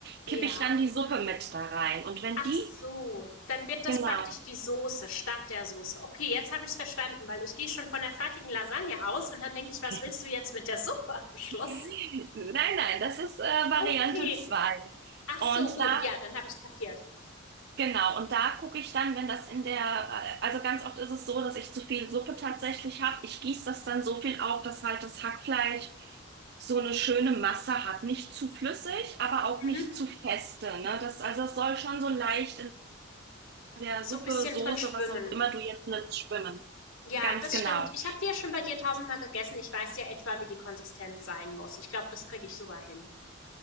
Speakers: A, on the left; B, on the right.
A: Ja.
B: kippe ich dann die Suppe mit da rein. Und wenn
A: Ach
B: die,
A: so, dann wird das
B: genau,
A: praktisch die Soße statt der Soße. Okay, jetzt habe ich es verstanden, weil ich gehe schon von der fertigen Lasagne aus und dann denke ich, was
B: <laughs>
A: willst du jetzt mit der Suppe <laughs> am Schluss?
B: nein, nein, das ist äh, Variante
A: Okay.
B: zwei
A: Ach
B: Und
A: so, gut,
B: da
A: ja, dann habe ich es kapiert.
B: Genau, und da gucke ich dann, wenn das in der, äh, also ganz oft ist es so, dass ich zu viel Suppe tatsächlich habe. Ich gieße das dann so viel auf, dass halt das Hackfleisch so eine schöne Masse hat. Nicht zu flüssig, aber auch
A: Mhm.
B: nicht zu feste, ne? Das, also es soll schon so leicht in der
A: So
B: Suppe,
A: ein bisschen
B: Soße,
A: drin schwimmen.
B: was auch immer du jetzt nimmst, schwimmen.
A: Ja,
B: Ganz
A: das
B: genau.
A: stimmt. Ich habe die ja schon bei dir tausendmal gegessen. Ich weiß ja etwa, wie die Konsistenz sein muss. Ich glaube, das kriege ich sogar hin.